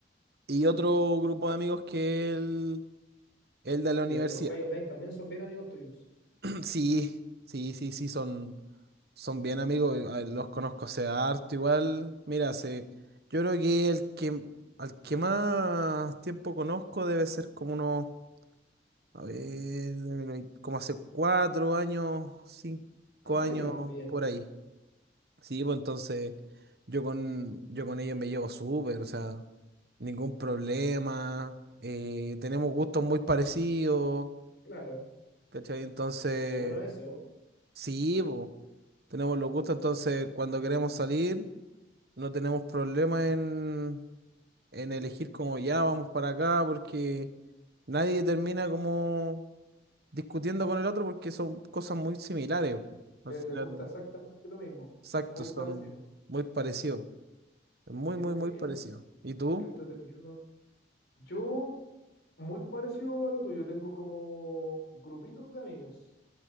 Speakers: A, on the right; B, on the left.
A: Y otro grupo de amigos que es el, el de la
B: ¿Y
A: universidad.
B: los que jugáis online también son bien amigos tuyos?
A: Sí, sí, sí, sí, son, son bien amigos, a- los conozco hace harto igual. Mira, se, yo creo que el que al que más tiempo conozco debe ser como unos, a ver, como hace cuatro años, cinco
B: Ah,
A: años
B: ya, bien.
A: por ahí. Sí, pues entonces yo con, yo con ellos me llevo súper, o sea, ningún problema, eh, tenemos gustos muy parecidos,
B: Claro.
A: ¿cachai? Entonces...
B: Qué bueno eso.
A: Sí, po. Tenemos los gustos, entonces cuando queremos salir no tenemos problema en, en elegir como ya vamos para acá, porque nadie termina como discutiendo con el otro porque son cosas muy similares. po.
B: Le,
A: Al final,
B: le gusta exactamente lo mismo,
A: exacto,
B: o muy
A: son
B: parecido.
A: muy parecidos. Muy,
B: Qué
A: muy,
B: buena,
A: muy parecidos. ¿Y tú?
B: qué entretenido. Yo, muy parecido a lo tuyo, tengo como grupitos de amigos.